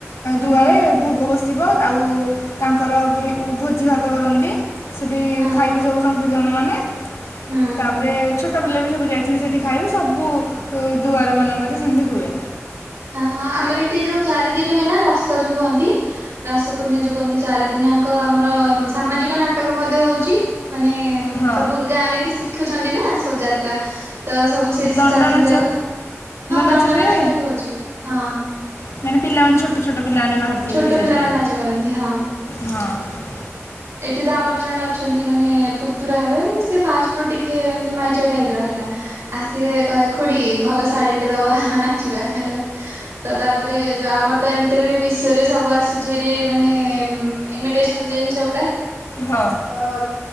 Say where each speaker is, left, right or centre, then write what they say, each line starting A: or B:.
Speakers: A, on the right; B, on the left.
A: ହୁଁ
B: ଦୁଆରେ
A: ହୁଁ
B: ଭୋଗ ବସିବ, ଆଉ ତାଙ୍କର ବି ଭୋଜି ଭାତ କରନ୍ତି ସେଠି
A: ହଁ
B: ଖାଇବେ
A: ହଁ।
B: ସବୁ ସଂକୀର୍ତ୍ତନ ମାନେ।
A: ହୁଁ
B: ତାପରେ ଛୋଟ ପିଲା ବି ସବୁ ଯାଇଥିବେ ସେଇଠି ଖାଇବେ ସବୁ ଉ ଦୁଆର ମାନଙ୍କରେ ସେମିତି ହୁଏ।
A: ଅ ହଁ ଆମର ଏଠି ଯୋଉ ଚାରିଦିନ ହୁଏ ନା ରାସ ଯୋଉ କୁହନ୍ତି। ରାସ ପୂର୍ଣ୍ଣିମା ଯୋଉ କହନ୍ତି ଚାରି ଦିନି ଆଙ୍କ ଆମର ସାମାଜିକ ନାଟକ ମଧ୍ୟ ହଉଚି। ମାନେ
B: ହଁ
A: ସବୁ ଗାଁରେ ଏଠି ଶିଖୁଚନ୍ତି ନା, ସବୁ ଯାତ୍ରା। ତ ସବୁ ସେଇ
B: ଦଣ୍ଡ
A: ଚାରି ଦିନି
B: ନାଚ
A: ଯାକ, ହଁ
B: ନାଚ
A: ଦଣ୍ଡ
B: ହୁଏ
A: ନାଚକା ବି ହଉଚି। ହଁ।
B: ମାନେ ପିଲାମାନେ ଛୋଟ ଛୋଟ ପିଲାମାନେ ବାହାରିଥିବେ
A: ଛୋଟ
B: ବି ସେଥିରେ
A: ପିଲାମାନେ ନାଚ କରନ୍ତି, ହଁ।
B: ହଁ
A: ଏଠି ତ ଆମର ଜଣେ ଅଛନ୍ତି ମାନେ ପୁତୁରା ହେବେ ସେ ଫାଷ୍ଟ ରୁ ଟିକେ ଏମତି ମାଇଚିଆ ଟାଇପି ର ହେଲା। ଆସିବେ କହିବେ ଖୁଡି ଭଲ ଶାଢୀ ଟେ ଦବ ନାଚିବା ହେଲା। ତ ତାପରେ ଯୋଉ ଆମର ତ ଏମିତିରେ ବି ମିଶ୍ ଏଥିରେ ସବୁ ଆସୁଚି ଫେରି ମାନେ ଇମିଟେସନ୍ ଜିନିଷ ଗୁଡା।
B: ହଁ।
A: ହଁମ୍।